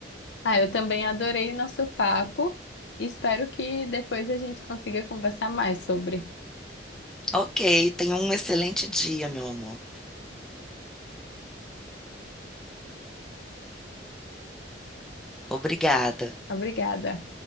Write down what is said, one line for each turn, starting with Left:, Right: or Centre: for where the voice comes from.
Left: Ah, eu também adorei o nosso papo. Espero que depois a gente consiga conversar mais sobre.
Centre: Ok, tenha um excelente dia, meu amor. Obrigada.
Left: Obrigada.